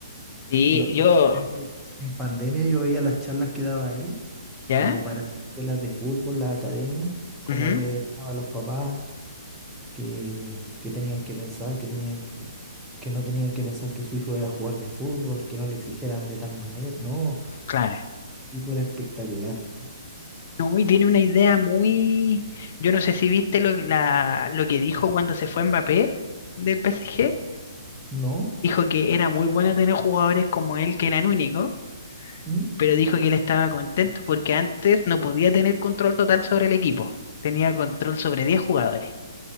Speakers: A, on the left; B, in the centre.
A: Sí,
B: Yo
A: yo,
B: de repente en pandemia yo veía las charlas que daba él,
A: ¿ya?
B: como para escuelas de fútbol, la academia, como
A: Ujú,
B: le hablaba a los papás que, que tenían que pensar, que tenían que, que no tenían que pensar que su hijo era jugar de fútbol, que no lo exigieran de tal manera. No,
A: claro.
B: tipo era espectacular.
A: No, y tiene una idea muy... Yo no sé si viste lo, que- la, lo que dijo cuando se fue Mbappé del PSG.
B: ¿No?
A: Dijo que era muy bueno tener jugadores como él, que eran únicos,
B: ¿Mm?
A: pero dijo que él estaba contento porque antes no podía tener control total sobre el equipo. Tenía control sobre 10 jugadores.